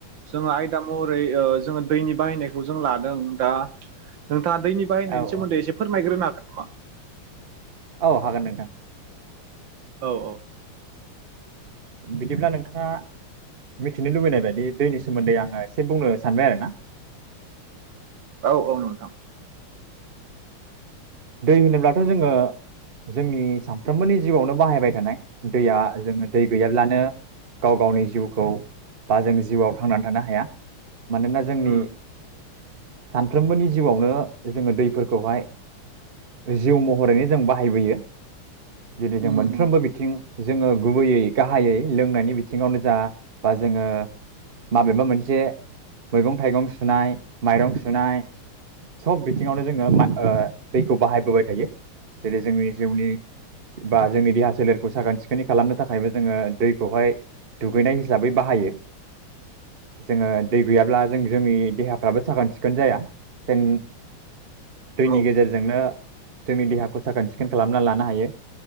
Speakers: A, on the right; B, on the right.
A: जोङो आयदा महरै जोङो दैनि बाहायनायखौ जों लादों दा बिथाङा दैनि बायनायनि
B: औ
A: सोमोनदै
B: औ
A: एसे फोरमायग्रोनो हागोन नामा
B: औ हागोन नोंथां।
A: औ औ
B: बिदिब्ला नोंथाङा मिथिनो लुबैनाय बायदि दैनि सोमोन्दै आङो एसे बुंनो सानबाय आरो ना
A: औ औ नोंथां
B: दै होनोब्लाथ' जोङो जोंनि सानफ्रोमबोनि जिउआवनो बाहायबाय थानाय दैया जोङो दै गैयाब्लानो गाव गावनि जिउखौ बा जों जिउआव थांनानै थानो हाया मानोना जोंनि
A: उम
B: सानफ्रोमबोनि जिउआवनो जोङो दैफोरखौहाय जिउ महरैनो जों बाहायबोयो दिनै जों
A: उम
B: मोनफ्रोमबो
A: उम
B: बिथिं जोङो गुबैयै गाहायै लोंनायनि बिथिङावनो जा बा जोङो माबेबा मोनसे मैगं थाइगं सुनाय माइरं सुनाय सब बिथिङावनो जोङो दैखौ बाहायबोबाय थायो जेरै जोंनि जिउनि बा जोंनि देहा सोलेरखौ साखोन सिखोनै खालामनो थाखायबो जोङो दैखौहाय दुगैनाय हिसाबै बाहायो जोङो दै गैयाब्ला जों जोंनि देहाफ्राबो साखोन सिखोन जाया जों दैनि
A: औ
B: गेजेरजोंनो जोंनि देहाखौ साखोन सिखोन खालामनानै लानो हायो